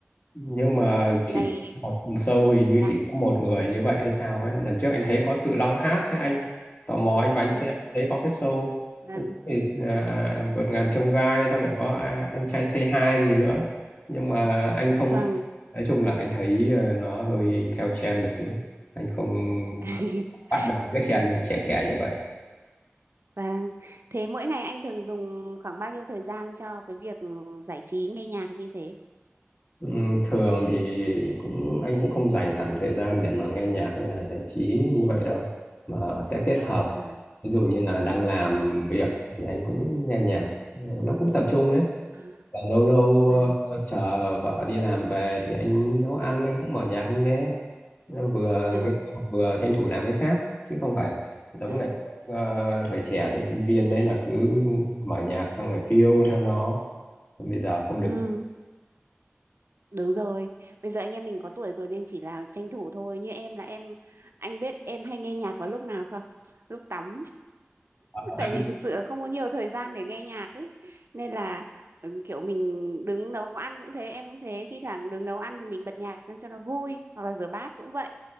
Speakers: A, on the left; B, on the right.
A: nhưng mà chỉ
B: Ngày,
A: một show hình như
B: dạ,
A: chỉ có một người như vậy hay sao ấy lần trước anh thấy có Tự Long hát thế anh tò mò anh vào anh xem
B: vâng,
A: thấy có cái show
B: vâng,
A: thì, à, vượt ngàn chông gai xong lại có à, anh trai Say Hi gì nữa nhưng mà anh không
B: vâng,
A: có xem. nói chung là anh thấy ờ, nó hơi theo trend một xíu anh không
B: <laughs>
A: chắc bắt được cái trend trẻ trẻ như vậy
B: vâng. Thế mỗi ngày anh thường dùng khoảng bao nhiêu thời gian cho cái việc giải trí nghe nhạc như thế?
A: Ừ, thường thì cũng anh cũng không dành hẳn thời gian để mà nghe nhạc hay là giải trí như vậy đâu mà sẽ kết hợp
B: À,
A: ví dụ như là đang làm việc thì anh cũng nghe nhạc Ừ, nó cũng tập trung đấy
B: à,
A: và lâu lâu
B: vâng,
A: ờ, chờ vợ đi làm về thì anh nấu ăn anh cũng mở nhạc anh nghe Nó vừa
B: à,
A: nghe vừa tranh thủ làm cái khác chứ không phải giống
B: à.
A: ngày ờ, thời trẻ thời sinh viên đấy là cứ mở nhạc xong rồi phiêu theo nó Còn bây giờ không
B: Ừ,
A: được
B: đúng rồi. Bây giờ anh em mình có tuổi rồi nên chỉ là tranh thủ thôi. Như em là em, anh biết em hay nghe nhạc vào lúc nào không? Lúc tắm.
A: Ờ,
B: tại
A: anh
B: vì thực sự là không có nhiều thời gian để nghe nhạc ấy nên là ừm, kiểu mình đứng nấu ăn cũng thế em cũng thế khi thẳng đứng nấu ăn thì mình bật nhạc lên cho nó vui hoặc là rửa bát cũng vậy